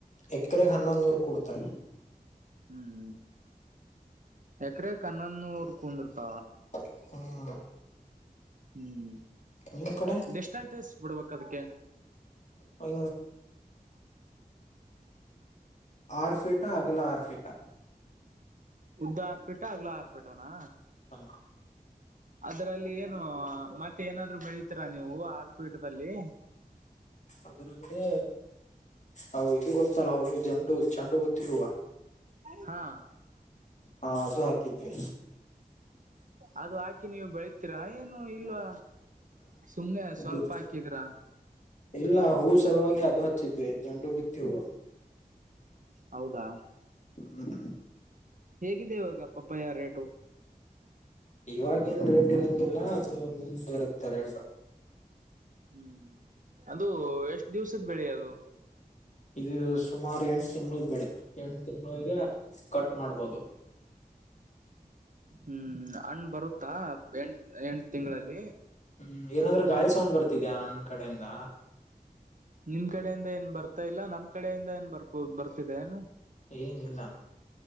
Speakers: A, on the left; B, on the right.
A: ಎಕರೆ ಹನ್ನೊಂದ ನೂರು ಕೊಡ್ತಾರೆ
B: ಹ್ಮ್ ಎಕರೆ ಕನ್ನನ್ನ ಅವರ್ ಕುೂಂದರ್ತ
A: ಹ್ಮ್
B: ಹ್ಮ್
A: ನಿಮ್ ಕಡೆ
B: ಎಷ್ಟಟೇಜ ಬಿಡ್ಬೇಕ ಅದಕ್ಕೆ
A: ಹೌ ಆರ್ಫೀಟ ಅಗಲ ಆರ್ಫೀಟಾ
B: ಉದ್ದ ಆರ್ಪೀಟ ಅಗ್ಲ ಆರ್ಪೀಟನಾ
A: ಹಾ
B: ಅದ್ರಲ್ಲಿ ಏನು ಮತ್ತ ಏನಾದ್ರು ಬೆಳಿತೀರಾ ನೀವು ಆರ್ಪೀಠದಲ್ಲಿ
A: <unintelligible> ಅದ್ರಲ್ಲಿ ಅ ಇದು ಗೊತ್ತಲ್ಲ ಅವವು ಜಂಡು ಚೆಂಡು ಗೊತ್ತಿಲ್ವಾ
B: ಹಾ
A: ಹಾ ಅದು ಹಾಕಿದ್ವಿ
B: ಅದು ಹಾಕಿ ನೀವು ಬೆಳತೀರಾ ಏನು ಇಲ್ವಾ ಸುಮ್ಮ್ನೆ ಸ್ವಲ್ಪ
A: ಇದು
B: ಹಾಕಿದ್ರ
A: ಇಲ್ಲ ಹೂವು ಸಲುವಾಗಿ ಅದು ಹಚ್ಚಿದ್ವಿ ಜಂಡು ಬಿತ್ತಿ ಹೂವು
B: ಹೌದಾ
A: ಹ್ಮ್ ಹ್ಮ
B: ಹೇಗಿದೆ ಇವಾಗ ಪಪ್ಪ ಯ ರೇಟು
A: ಇವಾಗೇನ್ ರೇಟ್ ಇರಂಗಿಲ್ಲ ಅದು ಮುಂದೆ ಇರುತ್ತೆ ರೇಟ್
B: ಹ್ಮ್ ಅದು ಎಷ್ಟ್ ದಿವ್ಸದ ಬೆಳಿ ಅದು
A: ಇದು ಸುಮಾರು ಎಂಟು ತಿಂಗಳ ಬೆಳೆ ಎಂಟು ತಿಂಗಳಿಗೆ ಕಟ್ ಮಾಡ್ಬೋದು
B: ಹ್ಮ್ ಅಣ್ಣ್ ಬರುತ್ತಾ ಎಂ ಎಂಟ ತಿಂಗಳಲ್ಲಿ
A: ಹ್ಮ್ ಏನಾದ್ರೂ ಗಾಳಿ ಸೌಂಡ್ ಬರ್ತಿದ್ಯಾ ನನ್ ಕಡೆಯಿಂದ
B: ನಿಮ ಕಡೆಯಿಂದ ಏನ್ ಬರ್ತಾ ಇಲ್ಲ ನಮ್ ಕಡೆಯಿಂದ ಏನ್ ಬರ್ಬೋ ಬರ್ತಿದೆ ಏನು
A: ಏನಿಲ್ಲ